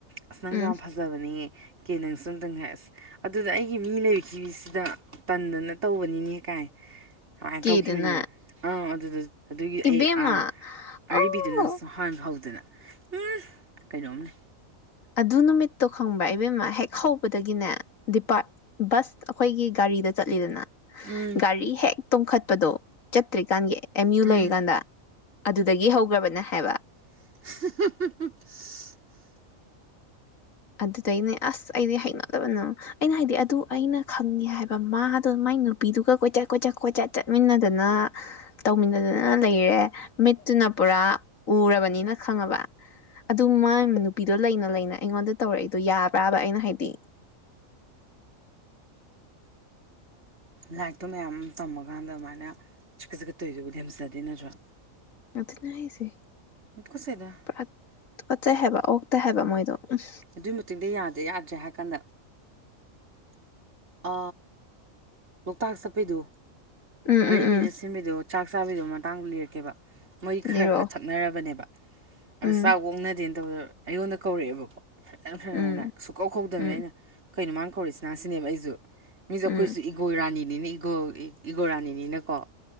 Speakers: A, on the right; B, on the left.
A: ꯑꯁ ꯅꯪꯒ
B: ꯎꯝ
A: ꯌꯥꯝ ꯐꯖꯕꯅꯦꯌꯦ ꯀꯦ ꯅꯪꯁꯨ ꯑꯝꯇꯪ ꯍꯥꯏꯁ ꯑꯗꯨꯗ ꯑꯩꯒꯤ ꯃꯤ ꯂꯩꯕꯤꯈꯤꯕꯁꯤꯗ ꯇꯟꯗꯅ ꯇꯧꯕꯅꯤꯅꯦ ꯀꯥꯏ ꯀꯃꯥꯏꯅ
B: ꯀꯦꯗꯨꯅ
A: ꯇꯧꯈꯤꯕꯅꯦꯕ ꯑꯥ ꯑꯗꯨ ꯑꯗꯨꯒꯤ
B: ꯏꯕꯦꯝꯃ
A: ꯑꯩ ꯑꯔꯤꯕꯗꯨꯅ
B: ꯑꯣ
A: ꯍꯥꯟ ꯍꯧꯎꯗꯅ ꯎꯝ ꯀꯩꯅꯣꯝꯅꯦ
B: ꯑꯗꯨ ꯅꯨꯃꯤꯠꯇꯣ ꯈꯪꯕ꯭ꯔꯥ ꯏꯕꯦꯝꯃ ꯍꯦꯛ ꯍꯧꯕꯗꯒꯤꯅꯦ ꯗꯤꯄꯥ ꯕꯁ ꯑꯩꯈꯣꯏꯒꯤ ꯒꯥꯔꯤꯗ ꯆꯠꯂꯤꯗꯅ
A: ꯎꯝ
B: ꯒꯥꯔꯤ ꯍꯦꯛ ꯇꯨꯝꯈꯠꯄꯗꯣ ꯆꯠꯇ꯭ꯔꯤꯀꯥꯟꯒꯤ ꯑꯦꯝ ꯌꯨ
A: ꯎꯝ
B: ꯂꯩꯔꯤꯀꯥꯟꯗ ꯑꯗꯨꯗꯒꯤ ꯍꯧꯈ꯭ꯔꯕꯅ ꯍꯥꯏꯕ
A: <unintelligible>
B: ꯑꯗꯨꯗꯩꯅꯦ ꯑꯁ ꯑꯩꯗꯤ ꯍꯩꯅꯗꯕꯅ ꯑꯩꯅ ꯍꯥꯏꯗꯤ ꯑꯗꯨ ꯑꯩꯅ ꯈꯪꯉꯦ ꯍꯥꯏꯕ ꯃꯥꯗꯣ ꯃꯥꯏ ꯅꯨꯄꯤꯗꯨꯒ ꯀꯣꯏꯆꯠ ꯀꯣꯏꯆꯠ ꯀꯣꯏꯆꯠ ꯆꯠꯃꯤꯟꯅꯗꯅ ꯇꯧꯃꯤꯟꯅꯗꯅ ꯂꯩꯔꯦ ꯃꯤꯠꯇꯨꯅ ꯄꯨꯔꯥ ꯎꯔꯕꯅꯤꯅ ꯈꯪꯉꯕ ꯑꯗꯣ ꯃꯥꯏ ꯅꯨꯄꯤꯗꯣ ꯂꯩꯅ ꯂꯩꯅ ꯑꯩꯉꯣꯟꯗ ꯇꯧꯔꯛꯏꯗꯣ ꯌꯥꯕ꯭ꯔꯥꯕ ꯑꯩꯅ ꯍꯥꯏꯗꯤ
A: ꯂꯥꯏꯔꯤꯛꯇꯣ ꯃꯌꯥꯝ ꯑꯃ ꯇꯝꯃꯀꯥꯟꯗ ꯑꯗꯨꯃꯥꯏꯅ ꯆꯀꯠ ꯆꯀꯠ ꯇꯣꯏꯗꯕꯨ ꯂꯦꯝꯖꯗꯦ ꯅꯠꯇ꯭ꯔꯥ
B: ꯑꯗꯨꯅ ꯍꯥꯏꯁꯦ
A: ꯇꯨꯀꯠꯆꯩꯗ
B: ꯄꯨꯔꯥ ꯇꯨꯀꯠꯆꯩ ꯍꯥꯏꯕ ꯑꯣꯛꯇꯦ ꯍꯥꯏꯕ ꯃꯣꯏꯗꯣ ꯎ
A: ꯑꯗꯨꯒꯤ ꯃꯇꯨꯡꯗꯤ ꯌꯥꯗ꯭ꯔꯦ ꯌꯥꯗ꯭ꯔꯦ ꯍꯥꯏꯔ ꯀꯥꯟꯗ ꯑ ꯂꯣꯛꯇꯥꯛ ꯆꯠꯄꯩꯗꯨ
B: ꯎꯝ
A: ꯑꯔꯤꯕꯤꯅ
B: ꯎꯝ ꯎꯝ
A: ꯁꯤꯟꯕꯤꯗꯣ ꯆꯥꯛ ꯆꯥꯕꯤꯗꯨ ꯃꯇꯥꯡꯗ ꯂꯤꯔꯛꯀꯦꯕ ꯃꯣꯏ ꯈꯔ
B: ꯂꯤꯔꯛꯑꯣ
A: ꯈꯔ ꯊꯛꯅꯔꯕꯅꯦꯕ ꯑ
B: ꯎꯝ
A: ꯆꯥꯛ ꯑꫭꯛꯅꯗꯦꯅ ꯑꯩꯉꯣꯟꯗ ꯀꯧꯔꯛꯑꯦꯕꯀꯣ ꯐ꯭ꯔꯦꯟ ꯐ꯭ꯔꯦꯟ
B: ꯎꯝ
A: ꯑꯩꯅ ꯁꯨꯛꯀꯧ ꯀꯧꯗꯕꯅꯤ
B: ꯎꯝ
A: ꯑꯩꯅ ꯀꯩꯅꯣ ꯃꯥꯡ ꯀꯧꯔꯤꯁꯤꯅ ꯁꯤꯅꯦꯕꯁꯦ ꯃꯤꯖꯣ
B: ꯎꯝ
A: ꯈꯣꯏꯁꯨ ꯏꯒꯣꯏ ꯔꯅꯤ ꯅꯤꯅ ꯏꯒꫭ ꯏꯒꯣꯔꯥꯅꯤꯅꯤꯅꯀꯣ